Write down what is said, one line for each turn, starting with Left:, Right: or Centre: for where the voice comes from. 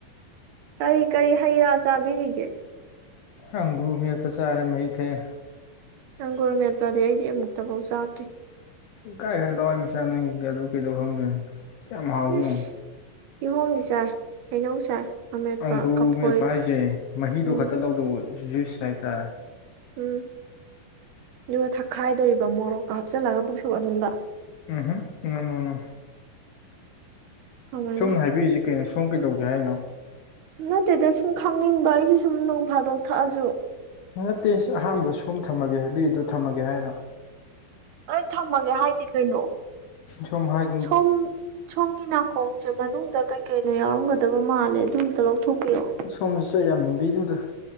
Right: ꯀꯔꯤ ꯀꯔꯤ ꯍꯩ ꯔꯥ ꯆꯥꯕꯤꯔꯤꯒꯦ
Left: ꯑꯪꯒ꯭ꯔꯨ ꯃꯦꯠꯄ ꯆꯥꯔꯦ ꯃꯍꯩ ꯊꯛꯑ‌ꯦ
Right: ꯑꯪꯒꯨꯔ ꯃꯦꯠꯄꯗꯤ ꯑꯩꯗꯤ ꯑꯃꯨꯛꯇꯐꯥꯎ ꯆꯥꯗ꯭ꯔꯤ
Left: ꯀꯥꯏꯗꯩꯟ ꯂꯋꯥꯏ ꯃꯆꯥ ꯅꯪꯒꯤ ꯑꯗꯨ ꯀꯩꯗꯧ ꯈꯪꯗꯣꯏꯅꯣ ꯀꯌꯥꯝ ꯍꯥꯎꯒꯦ ꯌꯦꯡꯉꯣ
Right: ꯁ ꯀꯤꯍꯣꯝꯗꯤ ꯆꯥꯏ ꯍꯩꯅꯧ ꯆꯥꯏ ꯑꯃꯦꯠꯄ
Left: ꯑꯪꯒ꯭ꯔꯨ
Right: ꯀꯐꯣꯏ
Left: ꯃꯦꯠꯄ ꯍꯥꯏꯁꯦ ꯃꯍꯤꯗꯣ
Right: ꯎꯝ
Left: ꯈꯛꯇ ꯂꯧꯗꯧꯕ ꯖꯨꯏꯁ ꯍꯥꯏꯇꯥꯔꯦ
Right: ꯎꯝ ꯗꯨꯒ ꯊꯛꯈꯥꯏꯗꯣꯔꯤꯕ ꯃꯣꯔꯣꯛꯀ ꯍꯥꯞꯆꯤꯜꯂꯒ ꯄꯨꯛ ꯁꯧꯒꯠ ꯍꯟꯕ
Left: ꯎꯝ ꯍꯝ ꯅꯣꯅꯣ
Right: ꯀꯃꯥꯏꯅ
Left: ꯁꯣꯝꯅ ꯍꯥꯏꯕꯤꯏꯁꯤ ꯀꯩꯅꯣ ꯁꯣꯝ ꯀꯩꯗꯧꯒꯦ ꯍꯥꯏꯅꯣ
Right: ꯅꯠꯇꯦꯗ ꯁꯨꯝ ꯈꯪꯅꯤꯡꯕ ꯑꯩꯁꯨ ꯁꯨꯝ ꯅꯣꯡ ꯐꯥꯗꯣꯛ ꯊꯛꯑꯁꯨ
Left: ꯅꯠꯇꯦ ꯑꯍꯥꯟꯕꯗ ꯁꯣꯝ ꯊꯝꯃꯒꯦ ꯍꯥꯏꯕꯤꯌꯨꯗꯣ ꯊꯝꯃꯒꯦ ꯍꯥꯏꯔ‌ꯣ
Right: ꯑꯩ ꯊꯝꯃꯒꯦ ꯍꯥꯏꯗꯤ ꯀꯩꯅꯣ
Left: ꯁꯨꯝ ꯍꯥꯏ
Right: ꯁꯣꯝ ꯁꯣꯝꯒꯤ ꯅꯥꯀꯣꯡꯁꯦ ꯃꯅꯨꯡꯗ ꯀꯩꯀꯩꯅꯣ ꯌꯥꯎꯔꯝꯒꯗꯕ ꯃꯥꯜꯂꯦ ꯑꯗꯨꯝ ꯇ‌ꯣꯔ‌ꯣ ꯊꯣꯛꯄꯤꯔ‌ꯣ
Left: ꯁꯣꯝꯗꯁꯨ ꯑꯩ ꯌꯥꯝ ꯅꯤꯡꯕꯤꯅꯨꯗ